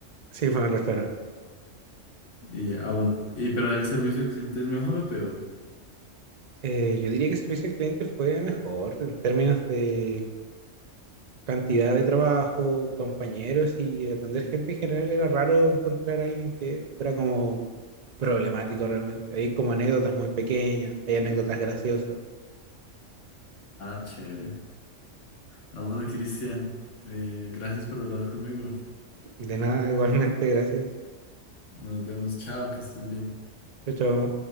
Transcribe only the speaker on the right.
Sí, fue en el restaurante.
Eh, yo diría que servicio al cliente fue mejor en términos de cantidad de trabajo, compañeros y atender gente en general. Era raro encontrar a alguien que fuera como problemático realmente. Hay como anécdotas muy pequeñas, hay anécdotas graciosas.
De nada, igualmente, gracias.
Chao, chao.